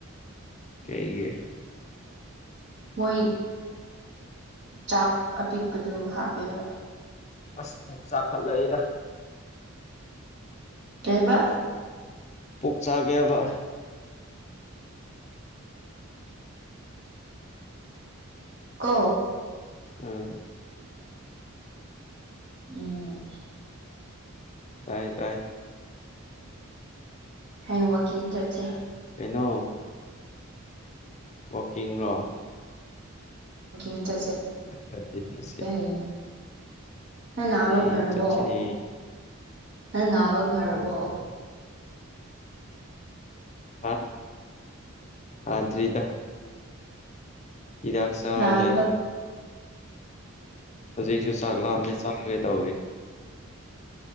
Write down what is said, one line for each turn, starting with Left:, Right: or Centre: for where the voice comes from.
Left: ꯀꯏꯒꯦ
Right: ꯃꯣꯏ ꯆꯥꯛ ꯑꯄꯤꯛꯄꯗꯣ ꯍꯥꯞꯄꯤꯦꯕ
Left: ꯑꯁ ꯆꯥꯈꯠꯂꯦꯗ
Right: ꯀꯦꯕ
Left: ꯄꯨꯛ ꯆꯥꯒꯦꯕ
Right: ꯀꯣ
Left: ꯎꯝ
Right: ꯎꯝ
Left: ꯇꯥꯏ ꯇꯥꯏ
Right: ꯍꯌꯦꯡ ꯋꯥꯀꯤꯡ ꯆꯠꯁꯦ
Left: ꯀꯩꯅꯣ ꯋꯥꯀꯤ꯭ꯔꯣ
Right: ꯄꯀꯤꯡ ꯆꯁꯦ
Left: ꯆꯠꯁꯤ ꯆꯠꯁꯤ
Right: ꯍꯥꯏꯌꯦ ꯅꯪ
Left: ꯍꯣꯏꯅꯦ
Right: ꯅꯥꯕ ꯐꯔꯕꯣ
Left: ꯆꯠꯁꯤꯅꯦ
Right: ꯅꯪ ꯅꯥꯕ ꯐꯔꯕꯣ
Left: ꯑ ꯑꯗꯔꯤꯗ ꯏꯗꯥꯛ ꯆꯥ
Right: ꯅꯥꯕ
Left: ꯂꯩꯦ ꯍꯧꯖꯤꯛꯁꯨ ꯆꯥꯛꯂꯥꯛꯑꯝꯃꯤ ꯆꯥꯛꯒꯦ ꯇꯧꯔꯤ